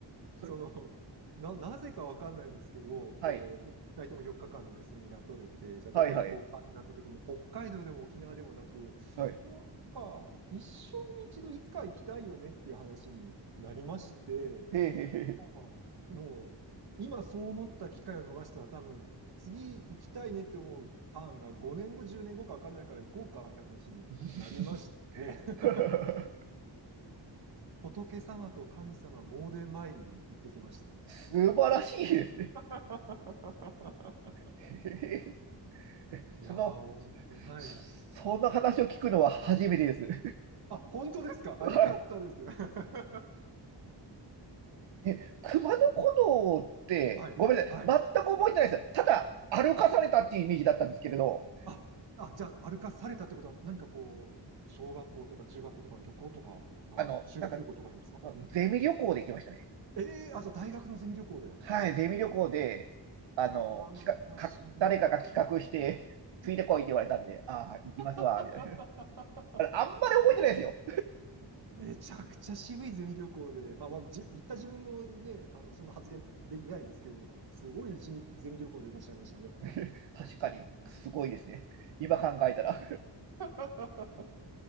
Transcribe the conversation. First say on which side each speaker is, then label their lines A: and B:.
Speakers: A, on the right; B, on the right.
A: それ、
B: その、な、なぜかわかんないんですけど、
A: はい。
B: こう、2人とも4日間のお休みが取れて、じゃあどこ行こうかってなった時に、
A: はい、はい。
B: 北海道でも沖縄でもなく、
A: はい。
B: なんか、一生に一度いつか行きたいよねっていう話になりまして、
A: へーへ
B: もう、もう今そう思った機会を逃したら多分、次行きたいねって思うターンが5年後、10年後か分かんないから行こうかって話になりまして、
A: ー
B: <laughs>
A: へー。<laughs>
B: 仏様と神様詣で参りに行ってきました。
A: 素晴らしいですね。
B: <laughs>
A: <laughs>
B: いやー、
A: その、
B: 本当に、はい。
A: そんな話を聞くのは初めてです。<laughs>
B: あ、本当ですかあ、
A: はい。
B: よかったです。<laughs>
A: え、熊野古道って、
B: はい、
A: ごめんなさい。
B: はい。
A: 全く覚えてないです。ただ、歩かされたっていうイメージだったんですけれど、
B: あ、あ、じゃあ、歩かされたってことは、何かこう、小学校とか中学校とかの旅行とか、あの、
A: あの、
B: 修学旅行とかですかうん。
A: なんか、ゼミ旅行で行きましたね。
B: ええあ、じゃあ大学のゼミ旅行で。
A: はい、ゼミ旅行で、
B: いやー、
A: あの、
B: また渋い。
A: 企画、か、誰かが企画して、ついてこいって言われたんで、ああ、行きますわ、
B: <laughs>
A: みたいな。あれあんまり覚えてないですよ。
B: めちゃくちゃ渋いゼミ旅行で、まあ、まあ、じ、行った自分もね、あの、そんな発言できないですけれども、すごいゼミ、ゼミ旅行でいらっしゃいましたね。
A: <laughs> 確かに、すごいですね。今考えたら。
B: <laughs>